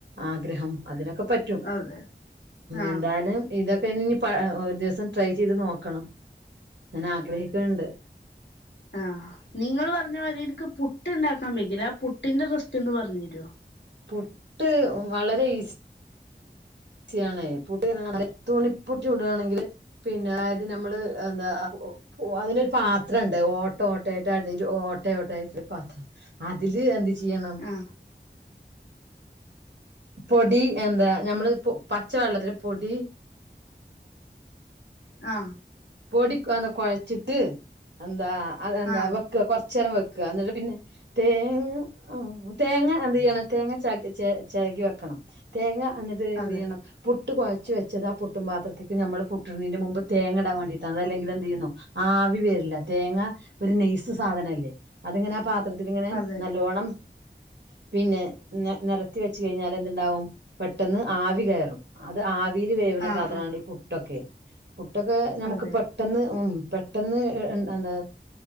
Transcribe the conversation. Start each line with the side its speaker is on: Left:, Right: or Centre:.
Right: ആഗ്രഹം അതിനൊക്കെ ഒക്കെ പറ്റും
Left: അതെ ആഹ്
Right: എന്തായാലും ഇതൊക്കെ പിന്നെനി പ ഒരു ദിവസം ട്രൈ ചെയ്ത് നോക്കണം ഞാൻ ആഗ്രഹിക്കൻണ്ട്
Left: ആ നിങ്ങള് പറഞ്ഞ മാതിരി ക്ക് പുട്ട് ഉണ്ടാക്കാൻ ഭയങ്കര ആ പുട്ടിന്റെ റെസിപ്പി ഒന്ന് പറഞ്ഞു തരോ
Right: പുട്ട് വളരെ ഈസി സിയാണേ പുട്ട് തിന്നണമെന്ന് പറഞ്ഞാല് തുണിപ്പുട്ട് ചുടു വാണെങ്കില് പിന്നെ അത് നമ്മള് എന്താ അതിനൊരു പാത്രമൊണ്ട് ഓട്ട ഓട്ടട്ട ഓട്ട ഓട്ട ആയിട്ട് ഒരു പാത്രം അതില് എ ചെയ്യണം
Left: ആഹ്
Right: പൊടി എന്താ ഞമ്മള് പച്ചവെള്ളത്തില് പൊടി
Left: ആ
Right: പൊടിക്ക് അങ്ങ് കൊഴച്ചിട്ട് എന്താ എന്താ
Left: ആഹ്
Right: വെക്ക കൊറച്ച നേരം വെ വെക്ക അന്നിട്ട് പിന്നെ തേ ആ തേങ്ങ എന്ത് ചെയ്യണം തേങ്ങ ചെ രകി വെക്കണം തേങ്ങ അന്നിട്ട് എന്ത്
Left: അതെ
Right: ചെയ്യണം പുട്ട് കൊഴച്ച വെച്ചതാ ആ പുട്ടും പാത്രത്തിലേക്കിടണം നമ്മള് പുട്ട് ഇടുന്നതിന്റെ മുമ്പ് തേങ്ങ ഇടാൻ വേണ്ടിട്ടാണ് അതല്ലെങ്കിൽ എന്ത് ചെയ്യുന്നോ ആവി വരില്ല തേങ്ങ ഒരു ഇസ്‌സാധനല്ലേ അത്ങ്ങനെ ആ പാത്രത്തി ഇങ്ങനെ
Left: അതെ
Right: നല്ലോണം പിന്നെ നിരത്തി വെച്ച് കഴിഞ്ഞാൽ എന്തുണ്ടാവും പെട്ടെന്ന് ആവി കയറും അത് ആവി ആവീൽ വേവുന്ന
Left: ആഹ്
Right: സാധനമാണ്
Left: ആഹ്
Right: ഈ പുട്ടൊക്കെ പുട്ടൊക്കെ നമുക്ക്
Left: അതെ
Right: പെട്ടെന്ന് ഉ പെട്ടെന്ന് എന്താ